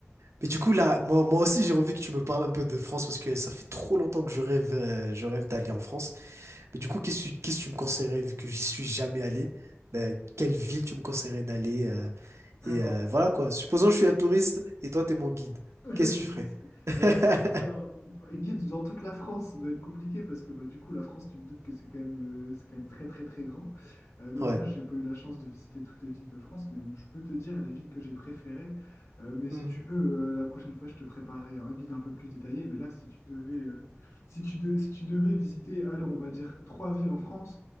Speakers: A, on the right; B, on the left.
A: Mais du coup, là, moi, moi aussi, j'ai envie que tu me parles un peu de France parce que ça fait trop longtemps que je rêve, euh, je rêve d'aller en France. Mais du coup, qu'est-ce que tu qu'est-ce que tu me conseillerais vu que j'y suis jamais allé? Ben, quelle ville tu me conseillerais d'aller? euh,
B: Alors,
A: et euh, voilà quoi. Supposons que je suis un touriste et toi, t'es mon guide.
B: <laughs>
A: Qu'est-ce
B: Si-
A: que tu ferais?
B: si-
A: <laughs>
B: Alors, si, alors, guide dans toute la France, ça doit être compliqué parce que bah, du coup, la France, tu te doutes que c'est quand même, euh, c'est quand même très, très, très grand. Euh, même
A: Ouais.
B: moi, j'ai pas eu la chance de visiter toutes les villes de France, mais je peux te dire les villes que j'ai préférées. Euh, mais si
A: Mhm.
B: tu veux, euh, la prochaine fois, je te préparerai un guide un peu plus détaillé. Mais là, si tu devais, euh, si tu de- si tu devais visiter, alors on va dire trois villes en France,